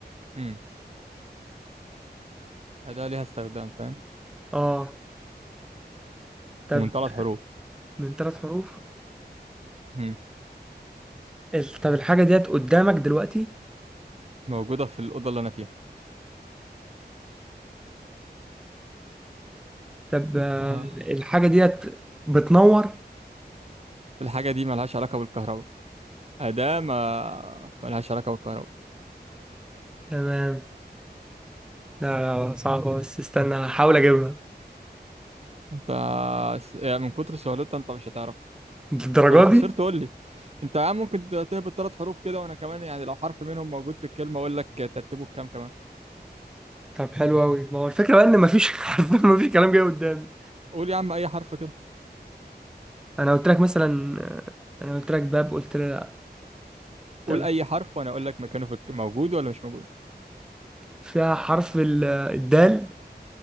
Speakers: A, on the right; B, in the centre.
A: امم أداة ليها استخدام فاهم
B: اه طب
A: ومن ثلاث حروف
B: من ثلاث حروف
A: امم
B: ال- طب الحاجة ديت قدامك دلوقتي
A: موجودة في الأوضة اللي أنا فيها
B: طب آه،
A: انت
B: الحاجة ديت بتنور
A: الحاجة دي ملهاش علاقة بالكهرباء أداة ما ملهاش علاقة بالكهرباء
B: تمام لا لا صعبة بس استنى هحاول اجيبها
A: انت س- يعني من كتر سهولتها انت مش هتعرف
B: للدرجة
A: فلو خسرت
B: دي
A: قول لي انت يا عم ممكن تهبط ثلاث حروف كده وانا كمان يعني لو حرف منهم موجود في الكلمة اقول لك ترتيبه بكام كمان
B: طب حلو قوي ما هو الفكرة بقى ان مفيش <laughs> حرفيا مفيش كلام جاي قدامي
A: قول يا عم اي حرف كده
B: انا قلت لك مثلا آه، انا قلت لك باب قلت لي لا طب
A: قول اي حرف وانا اقول لك مكانه في الك... موجود ولا مش موجود
B: فيها حرف ال- الدال